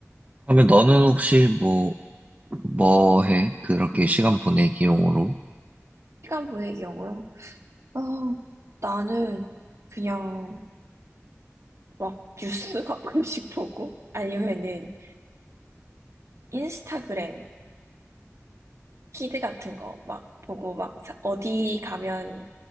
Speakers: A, on the right (about 30°); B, on the right (about 60°).
A: 그러면 너는 혹시 뭐, 뭐 해? 그렇게 시간 보내기용으로?
B: 시간 보내기용으로. 아 나는 그냥 막 뉴스 <laughs> 가끔씩 보고 아니면은 인스타그램 키드 같은 거 막 보고 막 사- 어디 가면